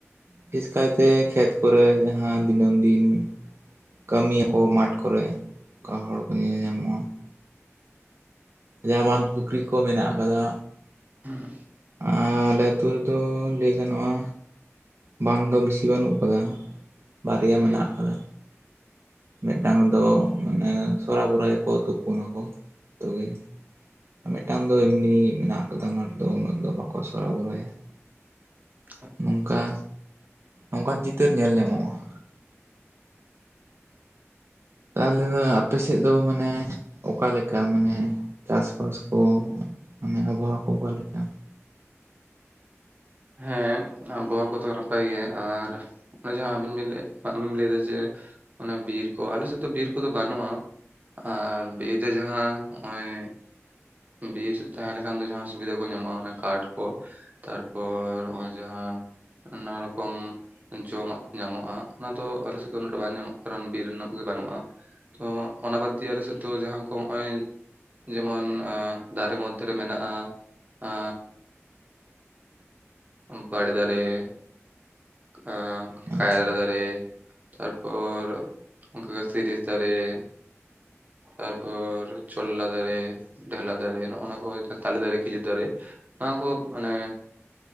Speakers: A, on the right (about 55°); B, on the right (about 35°).
A: ᱵᱤᱥᱮᱥ ᱠᱟᱭᱛᱮ ᱠᱷᱮᱛ ᱠᱚᱨᱮ ᱡᱟᱦᱟᱸ ᱫᱤᱱᱟᱹᱢ ᱫᱤᱱ ᱠᱟᱹᱢᱤ ᱭᱟᱠᱚ ᱢᱟᱴ ᱠᱚᱨᱮ ᱚᱝᱠᱟ ᱦᱚᱲ ᱠᱚ ᱧᱮᱞ
B: ᱦᱩᱸ
A: ᱧᱟᱢᱚᱜᱼᱟ ᱾ ᱡᱟᱸᱦᱟ ᱵᱟᱸᱫᱷ ᱯᱩᱠᱷᱨᱤ ᱠᱚ ᱢᱮᱱᱟᱜ ᱟᱠᱟᱫᱟ
B: ᱦᱩᱸ
A: ᱟᱻ ᱟᱞᱮ ᱟᱹᱛᱩ ᱨᱮ ᱫᱚ ᱞᱟᱹᱭ ᱜᱟᱱᱚᱜᱼᱟ ᱵᱟᱱ ᱫᱚ ᱵᱤᱥᱤ ᱵᱟᱹᱱᱩᱜ ᱟᱠᱟᱫᱟ ᱵᱟᱨᱭᱟ
B: ᱦᱩᱸ
A: ᱢᱮᱱᱟᱜ ᱟᱠᱟᱫᱟ ᱾ ᱢᱤᱫᱴᱟᱝ ᱫᱚ ᱢᱟᱱᱮ ᱥᱚᱨᱟᱼᱵᱚᱨᱟ ᱛᱟᱠᱚ ᱛᱩᱯᱩᱱᱟᱠᱚ ᱡᱚᱛᱚ ᱜᱮ ᱾ ᱟᱨ ᱢᱤᱫᱴᱟᱝ ᱫᱚ ᱮᱢᱱᱤ ᱢᱮᱱᱟᱜ ᱠᱟᱫᱟ ᱚᱱᱟ ᱨᱮ ᱫᱚ ᱩᱱᱟᱹᱜ ᱫᱚ ᱵᱟᱠᱚ ᱥᱚᱨᱟᱼᱵᱚᱨᱟᱭᱟ ᱾
B: <inaudible>
A: ᱚᱝᱠᱟ ᱚᱝᱠᱟᱱ ᱪᱤᱛᱟᱹᱨ ᱧᱮᱞ ᱧᱟᱢᱚᱜᱼᱟ ᱾ ᱛᱟᱦᱞᱮ ᱫᱟᱫᱟ ᱟᱯᱮᱥᱮᱫ ᱫᱚ ᱢᱟᱱᱮ ᱚᱠᱟ ᱞᱮᱠᱟ ᱢᱟᱱᱮ ᱪᱟᱥᱼᱵᱟᱥ ᱠᱚ ᱢᱟᱱᱮ ᱟᱵᱚᱦᱟᱣᱟ ᱠᱚ ᱚᱠᱟ ᱞᱮᱠᱟ?
B: ᱦᱮᱸ ᱟᱵᱚᱦᱟᱣᱟ ᱠᱚᱫᱚ ᱱᱟᱯᱟᱭ ᱜᱮᱭᱟ ᱟᱨ ᱚᱱᱟ ᱡᱟᱦᱟᱸ ᱟᱵᱮᱱ ᱵᱤᱱ ᱞᱟᱹᱭᱮᱫ ᱟᱢᱮᱢ ᱞᱟᱹᱭᱫᱟ ᱡᱮ ᱚᱱᱟ ᱵᱤᱨ ᱠᱚ ᱟᱞᱮ ᱥᱮᱫ ᱫᱚ ᱵᱤᱨ ᱠᱚᱫᱚ ᱵᱟᱹᱱᱩᱜᱼᱟ ᱾ ᱟᱨ ᱵᱤᱨ ᱨᱮ ᱡᱟᱸᱦᱟ ᱦᱚᱸᱜᱼᱚᱭ ᱵᱤᱨ ᱛᱟᱸᱦᱮ ᱞᱮᱠᱷᱟᱱ ᱫᱚ ᱡᱟᱦᱟᱸ ᱥᱩᱵᱤᱫᱷᱟ ᱠᱚ ᱧᱟᱢᱚᱜ-ᱟ ᱚᱱᱟ ᱠᱟᱴᱷ ᱠᱚ ᱾ ᱛᱟᱨᱯᱚᱨ ᱦᱚᱸᱜ-ᱚᱭ ᱡᱟᱸᱦᱟ ᱱᱟᱱᱟ ᱨᱚᱠᱚᱢ ᱡᱚᱢᱟᱜ ᱠᱚ ᱧᱟᱢᱚᱜᱼᱟ ᱚᱱᱟ ᱫᱚ ᱟᱞᱮ ᱥᱮᱫ ᱫᱚ ᱩᱱᱟᱹᱜ ᱴᱟ ᱵᱟᱝ ᱧᱟᱢᱚᱜ ᱠᱟᱱᱟ ᱵᱤᱨ ᱨᱮᱱᱟᱜ ᱜᱮ ᱵᱟᱹᱱᱩᱜᱼᱟ ᱾ ᱛᱚ ᱚᱱᱟ ᱵᱟᱫᱽ ᱫᱤᱭᱮ ᱟᱞᱮ ᱥᱮᱫ ᱛᱚ ᱡᱟᱦᱟᱸ ᱠᱚ ᱱᱚᱜᱼᱚᱭ ᱡᱮᱢᱚᱱ ᱟᱻ ᱫᱟᱨᱮ ᱢᱚᱫᱫᱷᱮᱨ ᱨᱮ ᱢᱮᱱᱟᱜᱼᱟ ᱟᱻ ᱵᱟᱲᱮ ᱫᱟᱨᱮ ᱾ ᱮᱻ
A: ᱟᱪᱪᱷᱟ
B: ᱠᱟᱭᱨᱟ ᱫᱟᱨᱮ ᱾ ᱛᱟᱨᱯᱚᱨ ᱚᱱᱠᱟ ᱜᱮ ᱥᱤᱨᱤᱥ ᱫᱟᱨᱮ ᱾ ᱛᱟᱨᱯᱚᱨ ᱪᱚᱞᱞᱟ ᱫᱟᱨᱮ ᱾ ᱰᱷᱮᱞᱟ ᱫᱟᱨᱮ ᱱᱚᱜᱼᱚ ᱱᱟ ᱠᱚ ᱛᱟᱞᱮ ᱫᱟᱨᱮ, ᱠᱷᱤᱡᱩᱨ ᱫᱟᱨᱮ ᱱᱚᱣᱟ ᱠᱚ ᱢᱟᱱᱮ